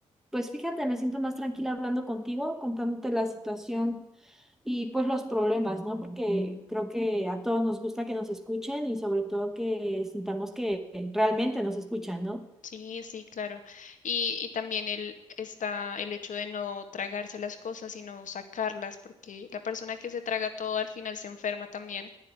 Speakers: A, in the centre; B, on the left.
A: pues fíjate, me siento más tranquila hablando contigo, contándote la situación y pues los problemas, ¿no? Porque creo que a todos nos gusta que nos escuchen y sobre todo que sintamos que realmente nos escuchan, ¿no?
B: Sí, sí, claro. Y, y también el, está el hecho de no tragarse las cosas, sino sacarlas, porque la persona que se traga todo al final se enferma también.